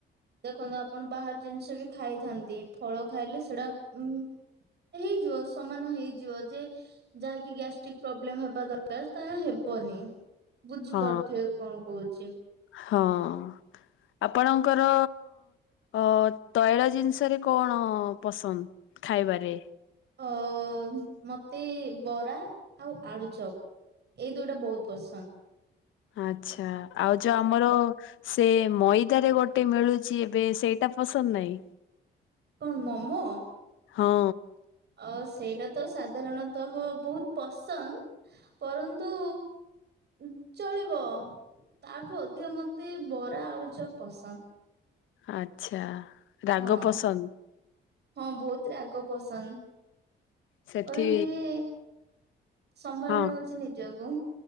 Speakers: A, on the right; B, on the left.
A: ଦେଖନ୍ତୁ ଆପଣ ବାହାର ଜିନିଷ ବି ଖାଇଥାନ୍ତି ଫଳ ଖାଇଲେ ସେଟା ଉ ହେଇଯିବ ସମାନ ହେଇଯିବ ଯେ ଯାହାକି ଗ୍ୟାଷ୍ଟ୍ରିକ ପ୍ରୋବ୍ଲେମ ହେବା ଦରକାର ତାହା ହେବ୍ ହବନି ବୁଝିପାରୁଥିବେ
B: ହଁ
A: କଣ କହୁଛି।
B: ହଁ ଅ। ଆପଣଙ୍କର- ଅ-ଅ ତୈଳ ଜିନିଷରେ କଣ ପସନ୍ଦ? ଖାଇବାରେ।
A: ଅ ଅ ମତେ ବରା ଆଉ ଆଳୁ ଚପ୍ ଏଇ ଦୁଇଟା ବହୁତ ପସନ୍ଦ୍।
B: ଆଛା ଆଉ ଯୋ ଆମର ସେ ମଇଦାରେ ଗୋଟେ ମିଳୁଛି ଏବେ ସେଇଟା ପସନ୍ଦ ନାଇ।
A: କଣ ମୋମୋ?
B: ହଁ।
A: ଅ ସେଇଟା ତ ସାଧାରଣତଃ ବହୁତ ପସନ୍ଦ। ପରନ୍ତୁ ଉଁ ଚଳିବ ତାଠୁ ଅଧିକ ମତେ ବରା ଆଳୁ ଚପ୍ ପସନ୍ଦ।
B: ଆଛା ରାଗ
A: ହଁ।
B: ପସନ୍ଦ?
A: ହଁ ବହୁତ୍ ରାଗ ପସନ୍ଦ।
B: ସେଠି
A: କରନ୍ତି ଇ ସମ୍ଭାଳୁନୁ
B: ହଁ
A: ହଉଛି ନିଜକୁ।